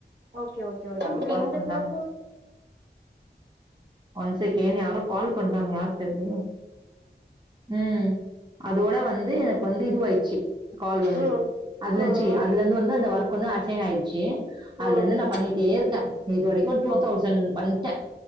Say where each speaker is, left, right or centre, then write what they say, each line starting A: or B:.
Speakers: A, on the right; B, on the right.
A: ஓகே ஓகே ஓக்
B: யாரோ
A: இப்ப
B: கால்
A: இந்த
B: பண்றாங்க
A: டாஸ்க்கு
B: ஒன் செகேன் யாரோ கால் பண்றாங்க யார் தெர்லயே உம் அதோட வந்து எனக்கு வந்து இதுவாயிடுச்சு கால் வந்து
A: ம்
B: அதுல
A: ம்
B: இருந்ச்சு
A: ம்
B: அதுல இருந்து வந்து அந்த வொர்க் கொஞ்சொ அசைன் ஆய்டு சு அதுல
A: ம்
B: இருந்து நா பண்ணிட்டே இருக்கே இது வரைக்கும் டூ
A: ஓ
B: தௌசண்ட் பண்ட்ட